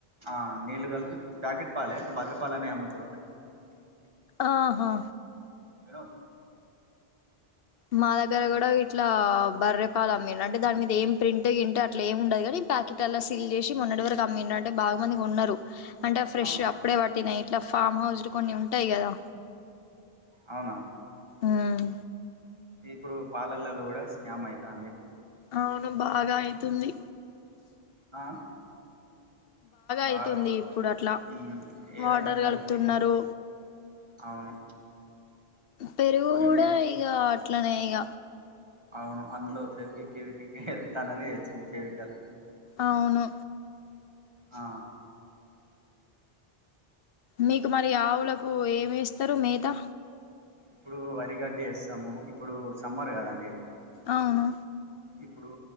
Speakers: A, on the right (about 25°); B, on the left (about 70°).
A: ఆ నీళ్లు కలిపి ప్యాకెట్ పాలే బర్రెపాలనే అమ్ముతారు
B: ఆహా
A: విను
B: మాద దగ్గర కూడా ఇట్లా బర్రెపాల్ అమ్మిండు అంటే దాని మీద ఏం ప్రింట్ గింటు ఏం ఉండదు కానీ ప్యాకెట్ సీల్ చేసి మొన్నటి వరకు అమ్మిండు అంటే బాగా మంది కొన్నారు అంటే ఫ్రెష్
A: ఆ
B: అప్పుడే పట్టినా ఇట్లా ఫామ్ హౌజ్ లు కొన్ని ఉంటాయి కదా
A: అవునా
B: ఉమ్
A: ఇప్పుడు పాలల్లో కూడా స్కామ్ అయితాంది
B: అవును బాగా అయితుంది
A: ఆ బాగా
B: అయితుంది ఇప్పుడు అట్లా
A: మ్మ్ ఏదైనా
B: వాటర్
A: కల్తీ
B: కలుపుతున్నరు
A: కల్తే అవును
B: పెరుగు
A: అన్నీ
B: కూడా ఇక అట్లనే ఇగ
A: అవును అందులో ఫేవకిక్ పెవికిక్ వెళ్తానని తెలిసింది ఫేవికల్
B: అవును
A: ఆ
B: మీకు మరి ఆవులకు ఏమి వేస్తారు మేతా
A: ఇప్పుడు వరి గడ్డి వేస్తాము ఇప్పుడు సమ్మర్ కదా అండి
B: అవును
A: ఇప్పుడు